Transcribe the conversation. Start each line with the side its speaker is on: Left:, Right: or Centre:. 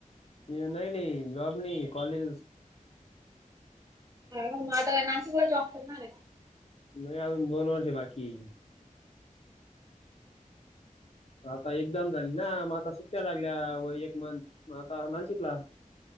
Left: हे नाही नाही, जॉब नाही कॉलेजच.
Right: मग आता नाशिकला जॉब करणार आहे?
Left: म अजून दोन वर्ष बाकीय. आता एक्झाम झाली ना? मग आता सुट्ट्या लागल्या व एक मंच मग आता नाशिकला.